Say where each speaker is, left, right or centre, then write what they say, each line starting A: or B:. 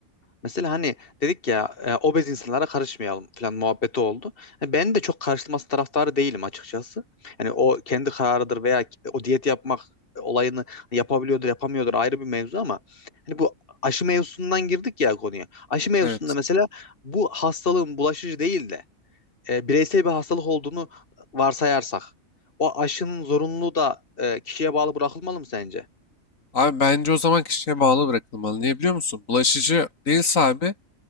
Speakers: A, on the left (about 45°); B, on the left (about 75°).
A: Mesela hani dedik ya e, obez insanlara karışmayalım falan muhabbeti oldu. Yani ben de çok karışılması taraftarı değilim açıkçası. Yani o kendi kararıdır veya o diyet yapmak olayını yapabiliyordur yapamıyordur ayrı bir mevzu ama hani bu aşı mevzusundan girdik ya konuya. Aşı mevzusunda
B: Evet.
A: mesela bu hastalığın bulaşıcı değil de e, bireysel bir hastalık olduğunu varsayarsak o aşının zorunluluğu da e, kişiye bağlı bırakılmalı mı sence?
B: Abi bence o zaman kişiye bağlı bırakılmalı. Niye biliyor musun? Bulaşıcı değilse abi